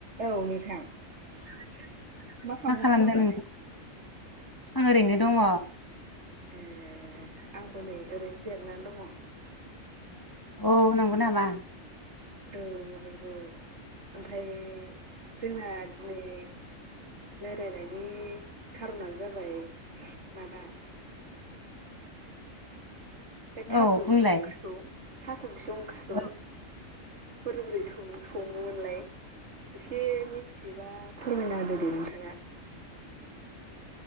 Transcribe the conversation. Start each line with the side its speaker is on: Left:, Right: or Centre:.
Right: औ नोंथां मा खालामगासिनो
Left: मा खालामदों
Right: दं दालाय
Left: नोंथां? आं ओरैनो दङ'
Right: ए आंबो नै ओरैनो जिरनानै दङ'
Left: औ नंगौ नामा
Right: औ नंगौ ओमफाय जोंना दिनै लायरायनायनि खार'नानो जाबाय माबा बे थास'
Left: औ
Right: बिसं
Left: बुंलाय
Right: ओंख्रिखौ थास' बिसं ओंख्रिखौ
Left: औ
Right: बोरै-बोरै सङो-सङोमोनलाय एसे मिथिबा फोरमायना होदो दे नोंथांआ <unintelligible>